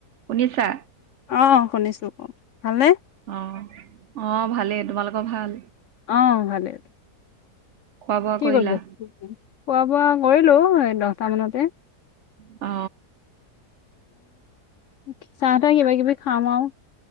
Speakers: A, on the right; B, on the left.
A: শুনিছা?
B: অ', শুনিছো কওক, ভালনে?
A: অ অ ভালেই, তোমালোকৰ ভাল?
B: অ', ভালে।
A: খোৱা বোৱা
B: কি
A: কৰিলা
B: কৰি আছে? খোৱা বোৱা কৰিলো এই দহটা মানতে।
A: অ,
B: এতিয় চাহ তাহ কিবা কিবি খাম আৰু।